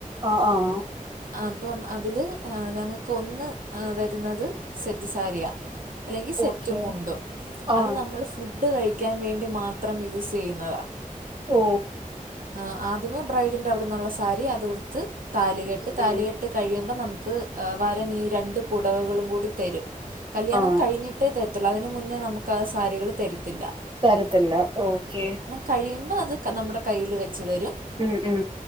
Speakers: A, on the right; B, on the right.
A: ആഹ് ആഹ്
B: അപ്പം അതില് എഹ് ഞങ്ങക്ക് ഒന്ന് വരുന്നത് സെറ്റ് സാരിയാ അല്ലെങ്കി സെറ്റ്മുണ്ടോ
A: ഓക്കെ ആ
B: അത് നമ്മള് ഫുഡ്ഡ് കഴിക്ക്യാൻ വേണ്ടി മാത്രം യൂസി യ്യുന്നതാ
A: ഓ
B: ആഹ് ആദ്യമേ ബ്രൈഡിന്റെ അവ്ട്ന്നുള്ള സാരി അതുട്ത്ത് താലികെട്ട്
A: ഉം
B: താലികെട്ട്
A: ഉം.
B: കഴിയുമ്പ നംക്ക് വരൻ ഈ രണ്ട് പുടവകളും കൂടി തരും കല്യാണം
A: ആ
B: കഴിഞ്ഞിട്ടേ തര്ത്തുള്ളൂ അതിന് മുന്നേ നമ്ക്ക് ആഹ് സാരികൾ തര്ത്തില്ല
A: തരത്തില്ല ഓക്ക്യേ
B: കഴിയുമ്പോ അത് ക നമ്ടെ കയ്യില് വെച്ച് തരും
A: ഉം ഉം